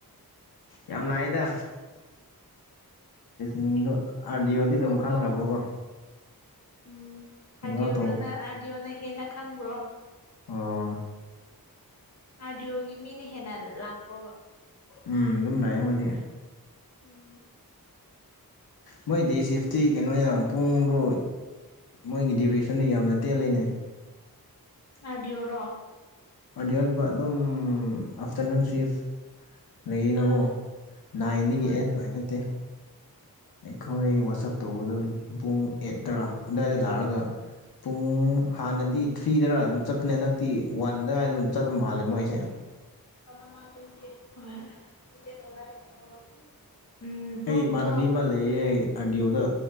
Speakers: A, on the left (about 75°); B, on the left (about 45°).
A: ꯌꯥꯝ ꯂꯥꯛꯑꯦꯗ ꯃꯤꯡꯗꯣ ꯑꯥꯔ ꯗꯤ ꯑꯣꯗꯤ ꯑꯗꯨꯝ
B: ꯀꯒꯥꯥꯎ
A: ꯈꯪꯈ꯭ꯔꯕꯀꯣ
B: ꯎꯝ
A: ꯈꯣꯡꯒ꯭ꯔꯥꯎ
B: ꯑꯥꯗꯤꯑꯣꯗꯅ
A: ꯇꯣꯡꯔꯒ
B: ꯑꯥꯗꯤꯑꯣꯅ ꯍꯦꯟꯅ ꯈꯪꯕ꯭ꯔꯣ
A: ꯎꯥ
B: ꯑꯥꯔꯗꯤ ꯑꯣꯒꯤ ꯃꯤꯅ ꯍꯦꯟꯅ ꯂꯥꯛꯄ꯭ꯔꯣꯕ
A: ꯎꯝ ꯑꯗꯨꯝ ꯂꯥꯛꯑꯦ ꯃꯣꯏꯗꯤ
B: ꯎꯝ
A: ꯃꯣꯏ ꯗꯦ ꯁꯤꯦꯐꯇꯤ ꯀꯩꯅꯣꯅꯦꯅ ꯄꯨꯡꯗꯣ ꯃꯣꯏꯒꯤ ꯗꯗꯤꯌꯔꯦꯁꯟꯗꯣ ꯌꯥꯝꯅ ꯇꯦꯜꯜꯂꯤꯅꯦ
B: ꯑꯗꯤꯌꯑꯣꯔꯣ
A: ꯑꯗꯤꯌꯟꯕ ꯑꯗꯨꯝ ꯑꯥꯐꯇꯔꯅꯨꯟ ꯁꯤꯐ ꯂꯩꯌꯦ ꯅꯕꯣ
B: ꯑꯥ
A: ꯅꯥꯏꯟꯗꯒꯤꯛ
B: ꯍꯣꯏ
A: ꯑꯦ ꯉꯥꯏꯟ ꯅꯠꯇꯦ ꯑꯩꯈꯣꯏ ꯋꯥꯆꯞ ꯇꯧꯕꯗꯨꯣ ꯄꯨꯡ ꯑꯦꯠ ꯇꯔꯥ ꯑꯗꯨꯋꯥꯏꯗ ꯂꯥꯛꯑꯒ ꯄꯨꯡ ꯍꯥꯟꯅꯗꯤ ꯊ꯭ꯔꯤꯗꯔ ꯑꯗꯨꯝ ꯆꯠꯄꯅꯦ ꯍꯟꯗꯛꯇꯤ ꯋꯥꯟꯗꯋꯥꯏꯗ ꯑꯗꯨꯝ ꯆꯠꯄ ꯃꯥꯜꯂꯦ ꯃꯣꯏꯁꯦ
B: <inaudible>
A: ꯑꯩ
B: ꯄꯨꯡꯗꯣ
A: ꯏꯃꯥꯟꯅꯕꯤ ꯑꯃ ꯂꯩꯌꯦ ꯑꯥꯔ ꯗꯤ ꯑꯣꯗ